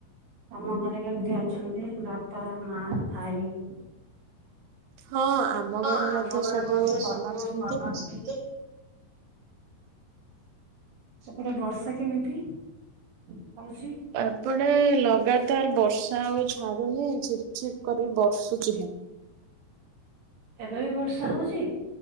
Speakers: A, on the right; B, on the right.
A: ତମ ଘରେ କେମତି ଅଛନ୍ତି ବାପା, ମାଁ, ଭାଇ?
B: ହଁ ଆମ
A: ହଁ,
B: ଘରେ ମଧ୍ୟ
A: ଆମ ଘରେ
B: ସବୁ
A: ମଧ୍ୟ
B: ଭଲ
A: ସବୁ
B: ଅଛନ୍ତି।
A: ଭଲ ଅଛନ୍ତି। ସେପଟେ ବର୍ଷା କେମିତି ହଉଛି?
B: ଏପଟେ ଲଗାତାର ବର୍ଷା ଆଉ ଛାଡୁନି ଝିପ୍ ଝିପ୍ କରି ବର୍ଷୁଚି ହିଁ।
A: ଏବେ ବି ବର୍ଷା ହଉଛି?